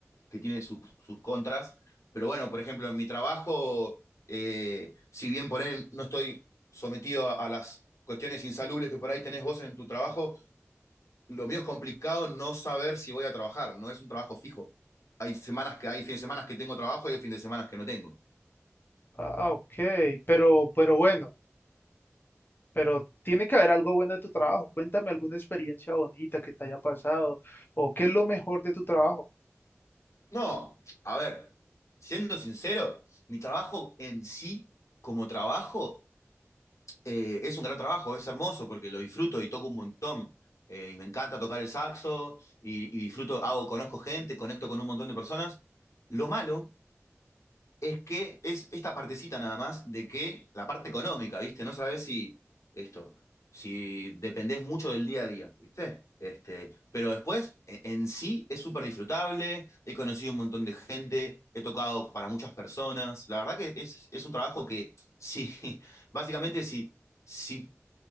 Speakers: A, on the left; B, on the left.
A: que tiene sus, sus contras, pero bueno, por ejemplo, en mi trabajo, eh, si bien por él no estoy sometido a, a las cuestiones insalubres que por ahí tenés vos en tu trabajo, lo mío es complicado no saber si voy a trabajar, no es un trabajo fijo. Hay semanas que hay fines de semana que tengo trabajo y hay fines de semana que no tengo.
B: Ah, ok, pero, pero bueno, pero tiene que haber algo bueno de tu trabajo. Cuéntame alguna experiencia bonita que te haya pasado o qué es lo mejor de tu trabajo.
A: No, a ver, siendo sincero, mi trabajo en sí, como trabajo, eh, es un gran trabajo, es hermoso porque lo disfruto y toco un montón. Eh, y me encanta tocar el saxo y, y disfruto, hago, conozco gente, conecto con un montón de personas. Lo malo es que es esta partecita nada más de que la parte económica, ¿viste? No sabes si esto, si dependés mucho del día a día, ¿viste? Este, pero después, e- en sí, es súper disfrutable, he conocido un montón de gente, he tocado para muchas personas, la verdad que es, es un trabajo que, sí, <laughs> básicamente, si, si